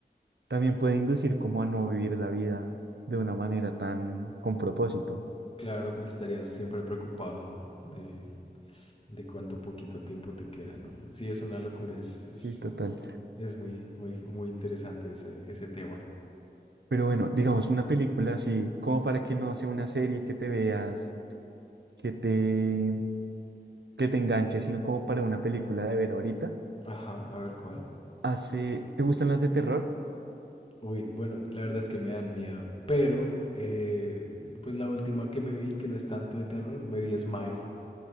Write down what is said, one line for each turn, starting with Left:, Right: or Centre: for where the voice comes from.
Right: También puede inducir como a no vivir la vida de una manera tan con propósito.
Left: Claro, porque estarías siempre preocupado de, de cuánto poquito tiempo te queda, ¿no? Sí, es una locura, es,
Right: Sí,
Left: es,
Right: total.
Left: es muy, muy, muy interesante ese, ese tema.
Right: Pero bueno, digamos, una película así, como para que no sea una serie que te veas, que te, que te enganche, sino como para una película de ver ahorita.
Left: Ajá, a ver cuál.
Right: Hace, ¿te gustan las de terror?
Left: Uy, bueno, la verdad es que me dan miedo, pero eh, pues la última que me vi, que no es tanto de terror, me vi Smile,